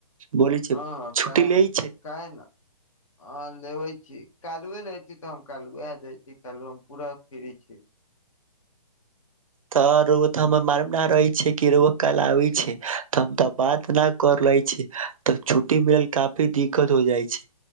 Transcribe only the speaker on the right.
बोलै छै
छुट्टी
ले छै
तऽ रौआ तऽ हमर मालूम नहि रहे छै कि कल आबै छै तऽ हम तऽ बात न कर ले छी तऽ छुट्टी मिलल काफी दिक्कत हो जाइ छै